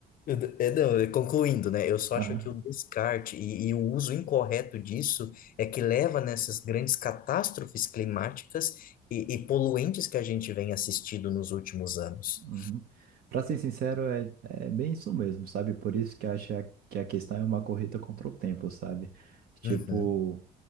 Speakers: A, on the left (about 55°); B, on the right (about 65°).
A: Eu d- é, não, é, concluindo, né? Eu só
B: Aham.
A: acho que o descarte e, e o uso incorreto disso é que leva nessas grandes catástrofes climáticas e, e poluentes que a gente vem assistindo nos últimos anos.
B: Uhum. Pra ser sincero, é, é bem isso mesmo, sabe? Por isso que acho que a questão é uma corrida contra o tempo, sabe? Tipo,
A: Uhum,